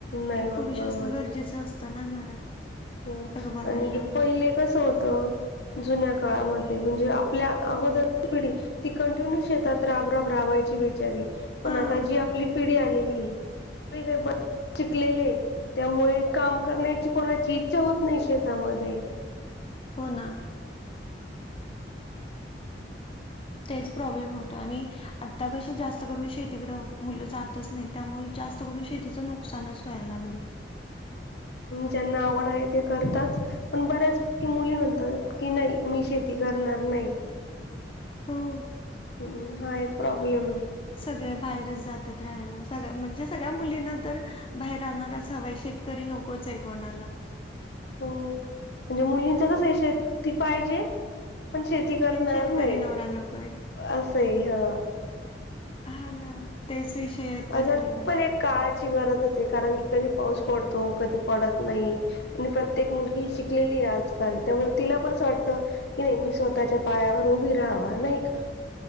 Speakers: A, on the left; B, on the left.
A: नाही
B: एक
A: होत
B: पुरुष
A: बरोबर
B: असणं
A: आहे.
B: गरजेचं असत. चा ना घरात.
A: हो
B: सगळं बघायला
A: आणि
B: वगैरे
A: पहिले कसं होत. जुन्या काळामध्ये म्हणजे आपल्या अगोदर पिढी. ती कंटिन्यू शेतात राब राब रावायची बिचारी. पण
B: हा
A: आता जी आपली पिढी आलेली. काही शिकलेले त्यामुळे काम करण्याची कोणाची इ छा होत नाही शेतामध्ये
B: हो ना. तेच प्रॉब्लेम होतो आणि आता कशी जास्त करून शेतीकडे मुलं जातच नाहीत. त्यामुळे जास्त करून शेतीचं नुकसानच व्हायला लागलं.
A: ज्यांना आवड आहे ते करताच पण बऱ्याच की मुली म्हणतात की नाही मी शेती करणार नाही.
B: हो.
A: हम हा एक प्रॉब्लेम आहे.
B: सगळे बाहेरच जातात राहायला सगळ्या म्हणजे सगळ्या मुलींना तर बाहेर राहणारच हवा शेत करी नकोच आहे कोणाला.
A: हो म्हणजे मुलींचं कसं आहे शेती पाहिजे. पण शेती करणार
B: पण शेतकरी
A: नाही
B: नवरा नकोय.
A: असंय ह.
B: हा ना. तेच विषय येत
A: अता
B: सगळीकडं
A: पण एक काळाची गरजच आहे, कारण की कधी पाऊस पडतो कधी पडत नाही. आणि प्रत्येक मुलगी शिकलेली आहे, आजकाल त्यामुळं तिला पण असं वाटतं. नाही मी स्वतःच्या पायावर उभी राहावा नाही का?